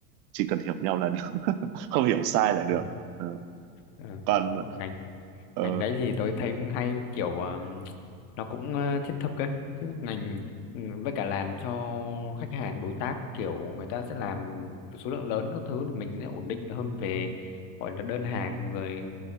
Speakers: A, on the right; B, on the left.
A: chỉ cần hiểu nhau là được <laughs> không hiểu sai là
B: ờ,
A: được
B: ờ,
A: ừ.
B: ờ.
A: còn
B: Còn ngành
A: ờ,
B: ngành đấy thì tôi thấy cũng hay kiểu um, nó cũng ờ, thiết thực ấy chứ ngành ừ, với cả làm cho khách hàng đối tác kiểu người ta sẽ làm số lượng lớn các thứ thì mình sẽ ổn định hơn về gọi là đơn hàng rồi